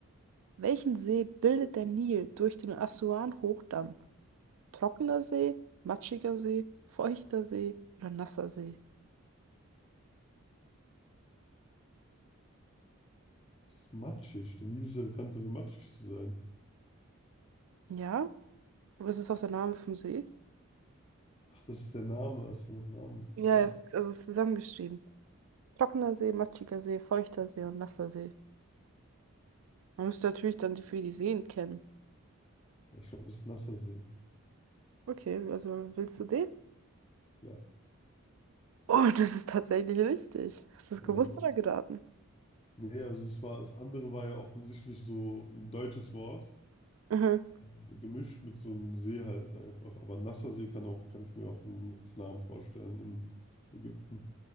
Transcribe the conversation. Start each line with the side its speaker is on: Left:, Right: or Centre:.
Right: Welchen See bildet der Nil durch den Assuan-Hochdamm? Trockener See, matschiger See, feuchter See oder nasser See?
Left: Ist matschig. Der Nil ist ja bekannt dafür, matschig zu sein.
Right: Ja, aber es ist auch der Name vom See.
Left: Ach, das ist der Name. Hast du nach Namen wird gefragt?
Right: Ja, es, also es ist zusammengeschrieben. Trockener See, matschiger See, feuchter See und nasser See. Man müsste natürlich dann die für die Seen kennen.
Left: Ja, ich glaube, das ist Nassersee.
Right: Okay, also willst du den?
Left: Ja,
Right: Oh, das ist tatsächlich richtig. Hast du
Left: ja,
Right: das gewusst
Left: das
Right: oder geraten?
Left: Nee, also es war, das andere war ja offensichtlich so ein deutsches Wort,
Right: Mhm.
Left: äh, gemischt mit so einem See halt einfach. Aber Nassersee kann auch, kann ich mir auch ein, als Namen vorstellen in Ägypten.